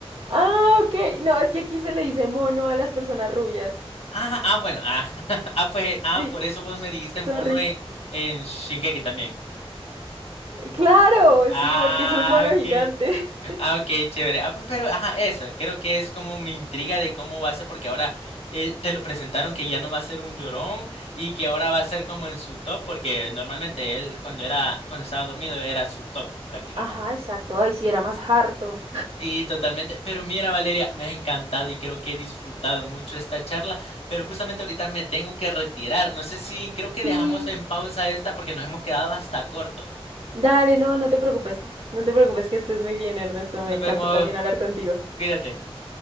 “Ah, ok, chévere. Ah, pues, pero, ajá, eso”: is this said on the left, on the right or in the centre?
Left